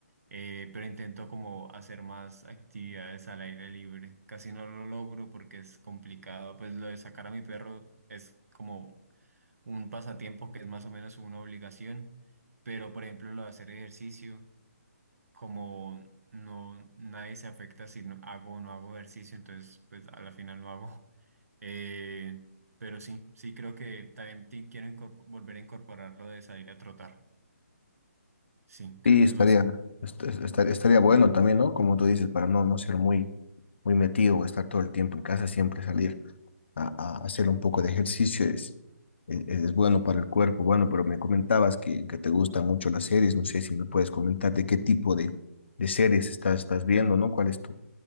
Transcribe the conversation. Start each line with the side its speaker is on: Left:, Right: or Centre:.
Right: Eh, pero intento como hacer más actividades al aire libre. Casi no lo logro porque es complicado. Pues lo de sacar a mi perro es como un pasatiempo que es más o menos una obligación. Pero por ejemplo lo de hacer ejercicio como no, nadie se afecta si no hago o no hago ejercicio, entonces pues a la final no hago. <laughs> Eh, pero sí, sí creo que también ti- quiero incorpo- volver a incorporar lo de salir a trotar. Sí, creo
Left: Y
Right: que
Left: estaría,
Right: es bastante.
Left: est- est- estar- estaría bueno también, ¿no? Como tú dices, para no, no ser muy, muy metido o estar todo el tiempo en casa, siempre salir a, a hacer un poco de ejercicio es, es, es bueno para el cuerpo. Bueno, pero me comentabas que, que te gustan mucho las series, no sé si me puedes comentar de qué tipo de, de series estás, estás viendo, ¿no? ¿Cuál es tu,